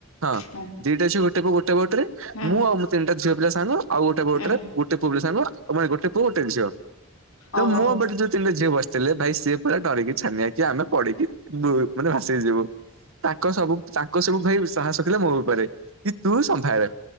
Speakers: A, on the right (about 75°); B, on the left (about 80°).
A: ହଁ
B: ହୁଁ
A: ଦିଟା ଅଛି ଗୋଟେ ଗୋଟେ ପଟରେ
B: ହୁଁ
A: ମୁଁ ଆଉଁ ତିନିଟା <unintelligible> ଆଉ ଗୋଟେ ବୋଟ
B: ହୁଁ
A: ରେ ଗୋଟେବଲି ସାଙ୍ଗ ତମେ ଗୋଟେ ପୁଅ ଗୋଟେ ଝିଅ ତ
B: ଓହୋ
A: ମୁଁ <unintelligible> ଯିଏ ବସିଥିଲେ ଭାଇ ସିଏ ପୁରା ଡରିକି ଛାନିଆ କି ଆମେ ପଢିକି ମାନେ ଯିବ ତାଙ୍କ ସବୁ ତାଙ୍କ ସବୁ ଭାଇ ସାହସ ମୋ ବେପାରେ କି ତୁ ସମ୍ଭାଳେ